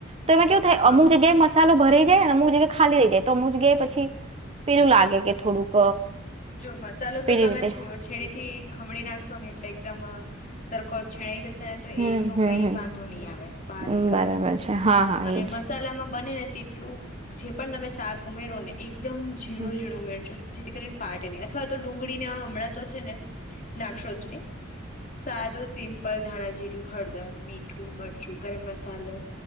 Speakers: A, on the right (about 30°); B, on the left (about 40°).
A: તો એમાં કેવું થાય
B: હા
A: અમુક જગ્યાએ મસાલો. ભરાઈ જાય ને હું જ ખાલી રહી જાય તો મુ જ ગયા પછી. પેલું લાગે કે થોડુંક
B: જો મસાલો
A: પેલી
B: તો તમે
A: રીતે
B: છો છેડી થી ખમણી નાખશો ને. એટલે એકદમ સરખો છેણાઈ જશે.
A: હમ
B: એ તો
A: હમ
B: કઈ
A: હમ
B: વાંધો નહી આવે બહાર
A: હમ,
B: નીકળવાની
A: બરાબર છે હા હા
B: અને
A: એજ
B: મસાલામાં બને ને તેટલું જે પણ તમે શાક ઉમેરો ને એક. એકદમ ઝીણું
A: હમ.
B: ઝીણું મેળજો. જેતી કરી ને ફાટે ની અથવા તો ડુંગળીને હમણાં તો છે ને નાકશો જ નહી સાદો સિમ પલ ધાણા જીરું હળદર મીટ મરચું, ગરમ મસાલો,